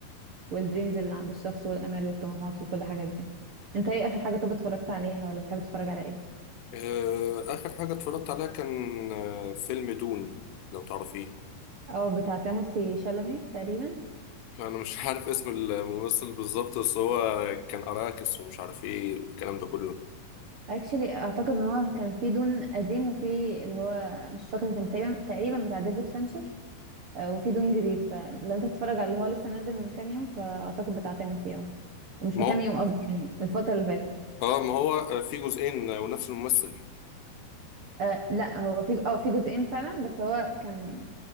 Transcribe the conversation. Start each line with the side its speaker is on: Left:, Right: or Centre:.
Right: والدريمز اللي عند الشخص والامال والطموحات وكل الحاجات دي انت ايه اخر حاجه طب اتفرجت عليها ولا بتحب تتفرج على ايه
Left: آه اخر حاجه اتفرجت عليها كان آه فيلم دون لو تعرفيه
Right: اه بتاع تيموثي شالامي تقريبا
Left: انا مش <laughs> عارف اسم الممثل بالظبط بس هو كان اراكس ومش عارف ايه والكلام ده كله
Right: اكشلي اعتقد ان هو كان في دون قديم وفي اللي هو مش فاكره كان تقريبا تقريبا بتاع ديفيد فينشر آه، وفي دون جديد فلو انت تتفرج على اللي هو لسه نازل من كام يوم فاعتقد بتاع تيموثي اه ومش
Left: ما
Right: من
Left: هو
Right: كام يوم قصدي يعني الفتره اللي فاتت
Left: اه ما هو آه، في جزئين آه، ونفس الممثل
Right: آه لا هو في اه في جزئين فعلا بس هو كان